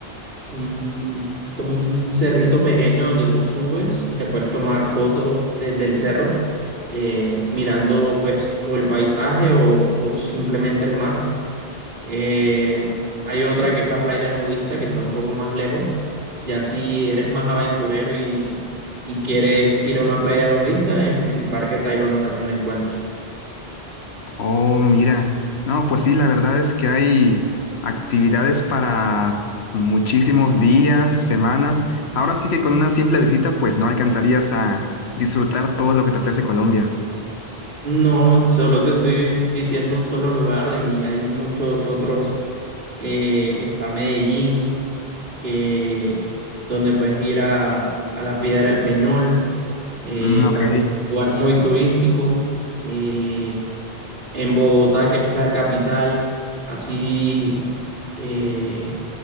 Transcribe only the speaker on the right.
un, como un cerrito pequeño donde tú subes y te puedes tomar fotos desde el cerro, eh, mirando pues o el paisaje o, o simplemente el mar. Eh, hay otra que es la playa nudista que está un poco más lejos. Ya si eres más aventurero y, y quieres ir a una playa nudista, en, en el Parque Tayrona también la encuentras.
No, solo te estoy diciendo un solo lugar y hay muchos otros eh, está Medellín, que, donde puedes ir a, a la Piedra del Peñol, eh,
también un lugar muy turístico. eh, en Bogotá, que es la capital, así eh,